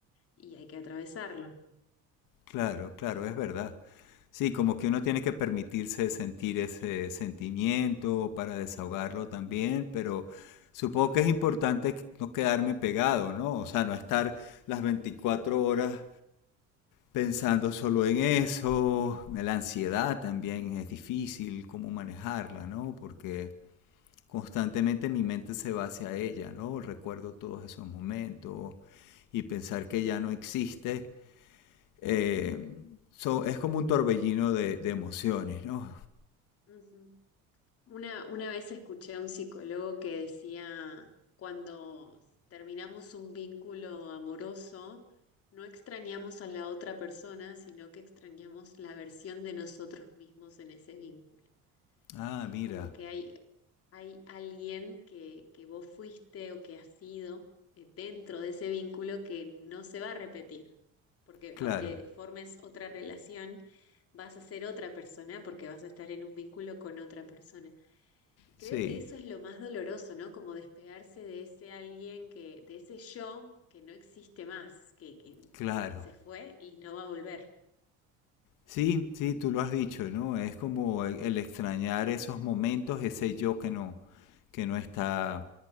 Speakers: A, on the left; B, on the left.
A: y hay que atravesarlo.
B: claro, claro, es verdad. Sí, como que uno tiene que permitirse sentir ese sentimiento para desahogarlo también, pero supongo que es importante no quedarme pegado, ¿no? O sea, no estar las 24 horas pensando solo en eso. La ansiedad también es difícil cómo manejarla, ¿no? Porque constantemente
A: Sí.
B: mi mente se va hacia ella, ¿no? Recuerdo todos esos momentos y pensar que ya no existe. eh, so- es como un torbellino de, de emociones, ¿no?
A: Ujú. Una, una vez escuché a un psicólogo que decía, cuando terminamos un vínculo amoroso, no extrañamos a la otra persona, sino que extrañamos la versión de nosotros mismos en ese vínculo.
B: Ah,
A: Es
B: mira,
A: como que hay ¿Hay alguien que, que vos fuiste o que has sido eh, dentro de ese vínculo que no se va a repetir? Porque
B: claro,
A: aunque formes otra relación, vas a ser otra persona porque vas a estar en un vínculo con otra persona. Y creo
B: sí,
A: que eso es lo más doloroso, ¿no? Como despegarse de ese alguien que, de ese yo que no existe más, que, que
B: claro.
A: se fue y no va a volver.
B: Sí, sí, tú lo has dicho, ¿no? Es como el, el extrañar esos momentos, ese yo que no, que no está